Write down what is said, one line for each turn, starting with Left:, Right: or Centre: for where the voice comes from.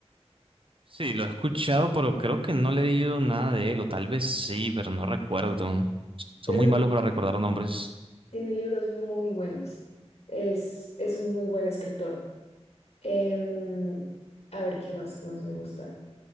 Right: Sí, lo he escuchado, pero creo que no le he leído nada de él, o tal vez sí, pero no recuerdo. Soy
Left: pero
Right: muy
Left: lo
Right: malo
Left: re-
Right: para recordar nombres.
Left: tiene libros muy buenos. Es, es un muy buen escritor. Em, a ver, ¿qué más? ¿Qué más me gusta?